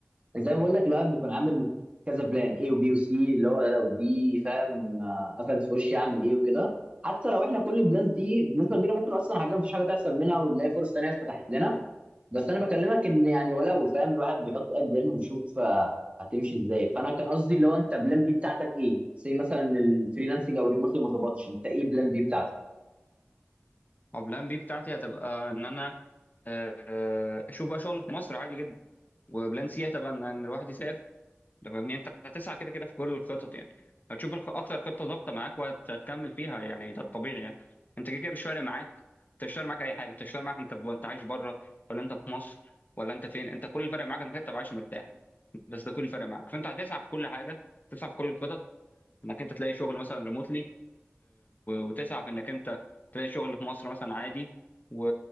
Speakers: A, on the right; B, on the left.
A: زي ما بقول لك الواحد بيكون عامل كذا بلان اي وبي وسي اللي هو لو دي فاهم آه، قفلت في وشي اعمل ايه وكده حتى لو احنا كل البلانز دي بنسبه كبيره ممكن اصلا حاجه مفيش حاجه تحصل منها ونلاقي فرص تانيه اتفتحت لنا بس انا بكلمك ان يعني ولو فاهم الواحد بيحط قد ايه ويشوف آه، هتمشي ازاي فانا كان قصدي اللي هو انت بلان بي بتاعتك ايه زي مثلا الفريلانسنج او الريموتلي ما ظبطش انت ايه بلان بي بتاعتك
B: هو بلان بي بتاعتي هتبقى ان انا آه، آه، اشوف بقى شغل في مصر عادي جدا وبلان سي هتبقى ان إن الواحد يسافر ده فاهمني انت هتسعى كده كده في كل الخطط يعني هتشوف الخ- اكتر خطه ظابطه معاك وهتكمل فيها يعني ده الطبيعي يعني انت كده كده مش فارق معاك انت مش فارق معاك اي حاجه انت مش فارق معاك انت انت عايش بره ولا انت في مصر ولا انت فين انت كل اللي فارق معاك انك انت تبقى عايش مرتاح بس ده كل اللي فارق معاك فانت هتسعى في كل حاجه تسعى في كل الخطط انك انت تلاقي شغل مثلا ريموتلي وتسعى في انك انت تلاقي شغل في مصر مثلا عادي و...